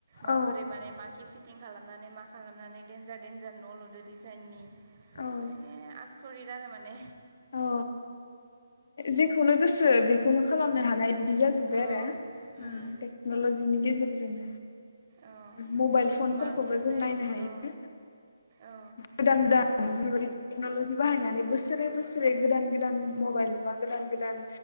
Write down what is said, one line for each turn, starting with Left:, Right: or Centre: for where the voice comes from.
Right: माबोरै
Left: औ
Right: माने माखि फिटिं खालामनानै मा खालामनानै देनजार दडन्जार न'लुदो डिजाइननि
Left: औ
Right: माने <unintelligible> आरो माने
Left: औ जेखौनो गोसो बेखौनो खालामनो हानाय बिद बिदि जाजोब्बाय
Right: ओ औ
Left: आरो
Right: उम
Left: टेक्न'लजिनि गेजेरजोंनो
Right: औ
Left: मबाइल फनफोरखौबो
Right: माखिनिफ्राय
Left: जों नायनो हायो
Right: औ
Left: <unintelligible>
Right: औ
Left: गोदान गोदान बेफोरबायदि टेक्नलजि बाहायनानै बोसोरे बोसोरे गोदान गोदान मबाइल बा गोदान गोदान